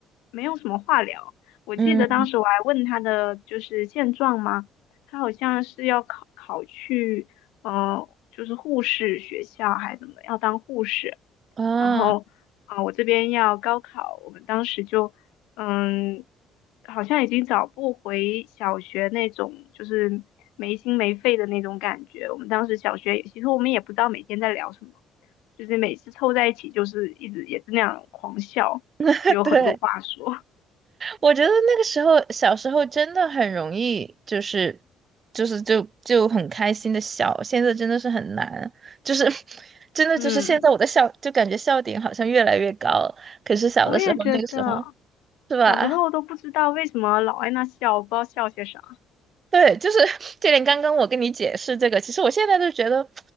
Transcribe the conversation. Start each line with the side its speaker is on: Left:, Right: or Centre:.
Left: 没有什么话聊。我记得当时我还问他的就是现状嘛，
Right: 嗯
Left: 他好像是要考考去，呃，就是护士学校还是怎么，要当护士。
Right: 啊，
Left: 然后啊，我这边要高考，我们当时就嗯，好像已经找不回小学那种就是没心没肺的那种感觉。我们当时小学也，其实我们也不知道每天在聊什么，就是每次凑在一起就是一直也是那样狂笑，
Right: <laughs>
Left: 就有很多话说。
Right: 对，我觉得那个时候小时候真的很容易，就是就是就就很开心的笑，现在真的是很难，就是 <laughs> 真的就是现在我的笑就感觉笑点好像越来越高了，
Left: 嗯，
Right: 可是小的时候那个时候
Left: 我也觉得
Right: 是吧？
Left: 小时候都不知道为什么老爱那笑，不知道笑些啥。
Right: 对，就是这点。刚刚我跟你解释这个，其实我现在都觉得，